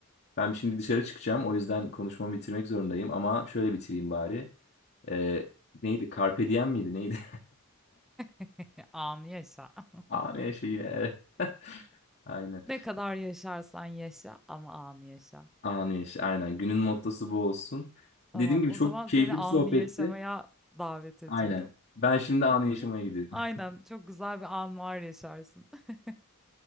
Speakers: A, on the left; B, in the centre.
A: Ben şimdi dışarı çıkacağım. O yüzden konuşmamı bitirmek zorundayım. Ama şöyle bitireyim bari. E, neydi? Carpe diem miydi? Neydi?
B: <laughs> Anı yaşa. <laughs>
A: Anı yaşa yine. <laughs> Aynen.
B: Ne kadar yaşarsan yaşa ama anı yaşa.
A: Anı yaşa. Aynen. Günün mottosu bu olsun.
B: Tamam,
A: Dediğim gibi
B: o
A: çok
B: zaman
A: keyifli
B: seni anı
A: bir sohbetti.
B: yaşamaya davet ediyorum.
A: Aynen. Ben şimdi anı
B: Umarım.
A: yaşamaya gidiyorum.
B: Aynen, çok güzel bir an var yaşarsın. <laughs>